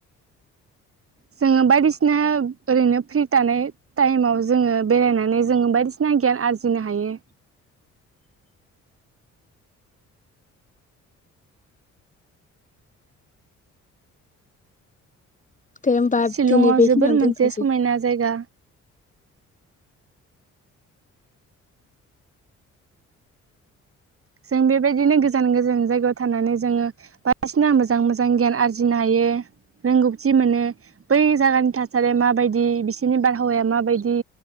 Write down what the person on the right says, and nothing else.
जोङो बायदिसिना ओरैनो फ्रि थानाय टाइमाव जोङो बेरायनानै जोङो बायदिसिना गियान आरजिनो हायो।
शिलंआ
जोबोर मोनसे
समायना जायगा जों बेबायदिनो गोजान गोजान जायगायाव थानानै जोङो बायदिसिना मोजां मोजां गियान आरजिनो हायो रोंगौथि मोनो बै जायगानि थासारिया माबायदि बिसोरनि बारहावाया माबायदि